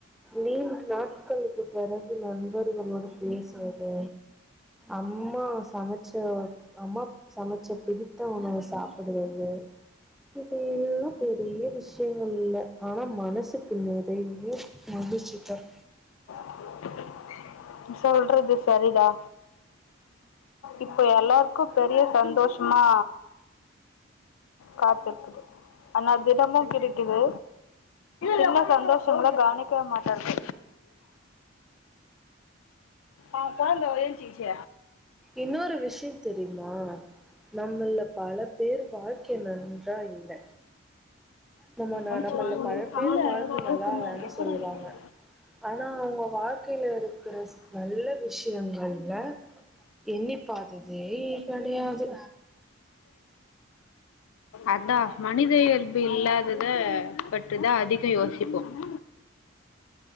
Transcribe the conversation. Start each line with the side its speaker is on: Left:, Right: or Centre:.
Centre: நீீண்ட நாட்களுக்கு பிறகு நண்பர்களோடு பேசுவது அம்மா சமைச்ச அம்மா சமைச்ச பிடித்த உணவு சாப் து அது இதையெல்லாம் பெரிய விஷயங்கள் இல்ல ஆனா மனசுக்கு நிறைய விஜுத்தர்
Left: அன் இன்டர்ஜிபில் சொல்றது சரிடா இப்போ எல்லாருக்கும் பெரிய சந்தோஷமா காத்திருக்குது ஆனா திடமும் கிடைக்குது சின்ன சந்தோஷங்க கவனிக்க மாட்டது ஆ குழந்தை ஏன்சிச்கிச்சி
Centre: இன்னொரு விஷயம் தெரியுமா நம்மல பல பேர் வாழ்க்கை நன்றா இல்ல நம்ம
Left: அடிச்சு
Centre: நம்மள்ல
Left: வாங்கி
Centre: பல பேர்
Left: இல்ல
Centre: வாழ்க்கை
Left: ரொம்ப
Centre: நல்லா
Left: சொன்னாரு
Centre: இல்லன்னு
Left: எப்படா
Centre: சொல்லுவாங்க
Left: வெளியில
Centre: ஆனா அவுங்க வாழ்க்கையில இருக் இருக்கிற நல்ல விஷயங்கள்ல எண்ணிப்பாததே கிடையாது
Left: அதான் மனித இய இல்லாதத பற்றி தான் அதிகம் யோசிப்போம் <inaudible>